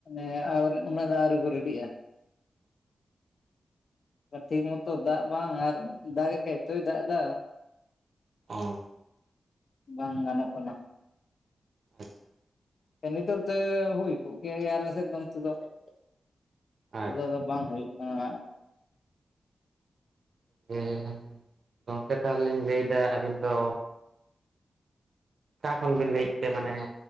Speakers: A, on the left (about 65°); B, on the right (about 65°).
A: ᱮᱸ ᱟᱨ ᱩᱱᱟᱹ ᱫᱚ ᱟᱣᱨᱤ ᱠᱚ ᱨᱮᱰᱤᱜᱼᱟ ᱾ ᱴᱷᱤᱠ ᱢᱚᱛᱚ ᱫᱟᱜ ᱵᱟᱝ ᱟᱨ ᱫᱟᱜ ᱮᱫ ᱠᱷᱟᱱᱮ ᱮᱛᱚᱭ ᱫᱟᱜ ᱫᱟ᱾
B: ᱚ
A: ᱵᱟᱝ ᱜᱟᱱᱚᱜ ᱠᱟᱱᱟ᱾
B: ᱟᱪᱪᱷᱟ ᱾
A: ᱱᱤᱛᱚᱜ ᱛᱮ ᱦᱩᱭ ᱠᱚᱜ ᱠᱮ ᱜᱮᱭᱟ ᱟᱞᱮ ᱥᱮᱫ ᱫᱚ ᱱᱤᱛᱮ ᱫᱚ᱾ ᱱᱤᱛᱚᱜ
B: ᱟᱪᱪᱷᱟ
A: ᱫᱚ ᱟᱫᱚ ᱵᱟᱝ ᱦᱩᱭᱩᱜ ᱠᱟᱱᱟ᱾
B: ᱡᱮ ᱜᱚᱝᱠᱮ ᱛᱟᱦᱚᱞᱮ ᱞᱤᱧ ᱞᱟᱹᱭᱫᱟ ᱟᱹᱵᱤᱱ ᱫᱚ ᱚᱠᱟ ᱠᱷᱚᱱ ᱵᱤᱱ ᱞᱟᱹᱭᱮᱫ ᱛᱮ ᱢᱟᱱᱮ